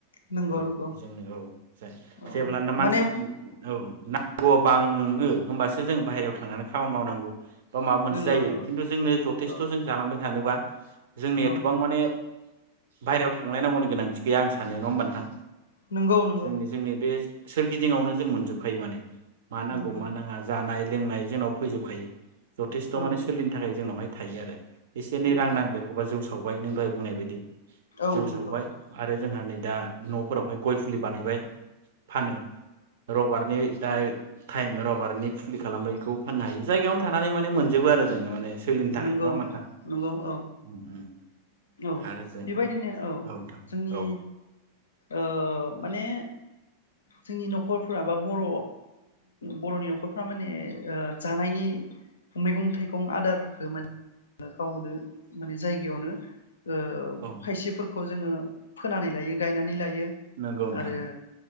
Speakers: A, on the left; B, on the right.
A: नंगौ
B: औ
A: नंगौ
B: बेजोंनो औ
A: औ
B: जेब्लाना मानसि
A: माने
B: औ ना <unintelligible> बाङो होमबासो जों बाहेरायाव थांनानै खामानि मावनांगौ बा माबा मोनसे
A: नंगौ
B: जायो
A: नंगौ
B: आरो खिन्थु जोंनो जथेस्थ'
A: औ
B: जों जालांबाय थानोबा जोंनि एथबां
A: औ
B: माने बायहायाव थांलायनांगौनि गोनांथि गैया आं सानो। नङा होमबा नोंथां?
A: नंगौ नंगौ
B: जोंनि जोंनि बे सोरगिदिंयावनो जों मोनजोबखायो माने। मा नांगौ
A: नंगौ
B: मा नाङा जानाय लोंनाय जोंनाव फैजोबखायो जथेस्थ' माने
A: औ
B: सोलिनो थाखाय जोनावहाय हायो आरो एसे एनै
A: नंगौ
B: रां नांदेरगौवबा जौ सावो बहाय नों दहाय बुंनाय बायदि
A: औ
B: जौव सावबाय
A: नंगौ
B: आरो जोंहा नै दा न'फोरावहाय गय फुलि बानायबाय फानो र'बार नि दाय टाइम रबारनि फुलि खालामबाय बेखौ फाननो हायो जायगायावनो थानानै माने मोनजोबो आरो जोङो माने सोलिनो थाखाय
A: नंगौ
B: नङा होमबा नोंथां
A: नंगौ औ
B: उम उम
A: औ
B: आरो जों
A: बेबायदिनो औ
B: नोंथां
A: जोंनि
B: औ
A: ओ माने जोंनि न'खरफ्रा बा बर' बर'नि न'खरफ्रा माने ओ जानायनि मैगं थाइगं आदार <unintelligible> गावनो माने जायगायावनो ओ
B: औ नोंथां
A: खायसेफोरखौ जोङो फोनानै लायो गायनानै लायो आरो
B: नंगौ नोंथां